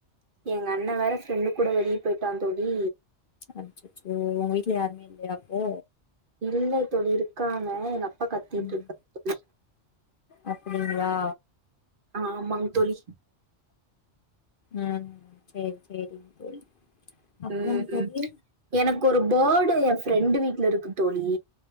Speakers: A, on the right; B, on the left.
A: எங்க அண்ண வேற ஃப்ரெண்டு கூட வெளிய போயிட்டா தோழி
B: அச்சச்சோ உங்க வீட்ல யாருமே இல்லயா அப்போ
A: இல்ல தோழி இருக்காங்க எங்க அப்பா கத்திட்டு
B: ம்
A: இருக்காங்க தோழி
B: அப்டிங்களா
A: ஆமாங் தோழி
B: ம் செரி செரிங்க தோழி அப்றம்
A: ம்
B: தோழி
A: ம் எனக்கு ஒரு பேர்டு என் ஃப்ரெண்டு வீட்ல இருக்கு தோழி